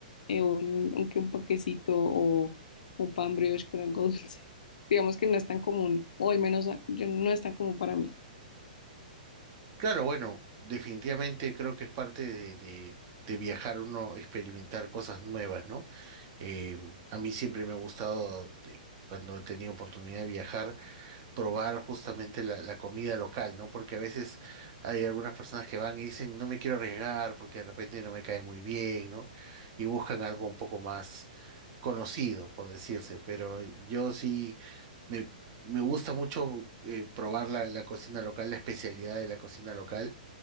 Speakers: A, on the left; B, on the right.
A: eh, un, un, que un panquecito o un pan brioche con algo <laughs> dulce? Digamos que no es tan común, o al menos ah, yo no es tan común para mí.
B: Claro, bueno, definitivamente creo que es parte de, de, de viajar uno, experimentar cosas nuevas, ¿no? Eh, a mí siempre me ha gustado, de- cuando he tenido oportunidad de viajar, probar justamente la, la comida local, ¿no? Porque a veces hay algunas personas que van y dicen, no me quiero arriesgar porque de repente no me cae muy bien, ¿no? Y buscan algo un poco más conocido, por decirse, pero yo sí me... Me gusta mucho eh, probar la, la cocina local, la especialidad de la cocina local.